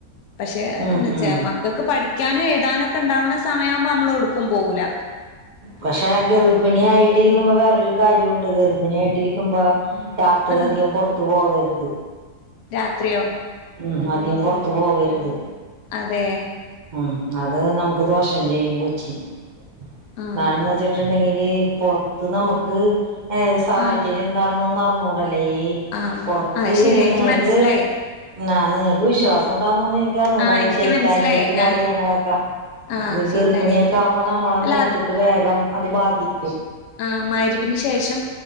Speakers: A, on the left; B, on the right.
A: പക്ഷെ
B: ഉം
A: എന്ന് വെച്ചാ
B: ഉം
A: മക്കൾക്ക് പഠിക്കാനും എഴു താനും ഒക്കെ ഉണ്ടാവണ സമയം ആവുമ്പം നമ്മള് എവിടുക്കും പോകൂല്ല
B: പക്ഷെ ഗർഭിണി ആയിട്ടിരിക്കുമ്പോ വേറൊരു കാര്യമുണ്ട് ഗ ഗർഭിണി ആയിട്ടിരിക്കുമ്പോ രാത്രി
A: ആഹ്
B: അധികം പുറത്തു പോവരുത്
A: രാത്രിയോ
B: ഉം അധികം പുറത്ത് പോവരുത്
A: അതെ
B: ഉം അത് നമുക്ക് ദോഷം ചെയ്യും കൊച്ചി എന്താണെന്ന്
A: ആഹ്
B: വെച്ചിട്ടുണ്ടെങ്കില് പൊറത്ത് നമുക്ക് ഏത് സാഹചര്യം
A: ആഹ്
B: എന്താണെന്നൊന്നും അറിഞ്ഞുകൂടല്ലോ ഈ
A: ആഹ്
B: പൊറത്ത്
A: അത് ശരിയാ
B: കേറുന്നവർക്ക്‌
A: ഇൻക്ക് മനസ്സിലായി
B: ആഹ് നിങ്ങക്ക് വിശ്വാസം ഉണ്ടാവുന്നോന്ന് എനിക്കറിഞ്ഞു കൂടാ
A: ആഹ്
B: ഈ
A: ഇൻക്ക്
B: ശൈത്ത്
A: മനസ്സിലായി
B: ആനിയേത്ത് കാര്യങ്ങളൊക്കെ
A: ആഹ് ആഹ്
B: അത്
A: ശൈത്താനിയത്ത്
B: ഗർഭിണിയൊക്കെ ആകുമ്പോ നമ്മളെ
A: അല്ല
B: മേത്തക്ക് വേഗം അത് ബാധിക്കും
A: ആ മരിവിന് ശേഷം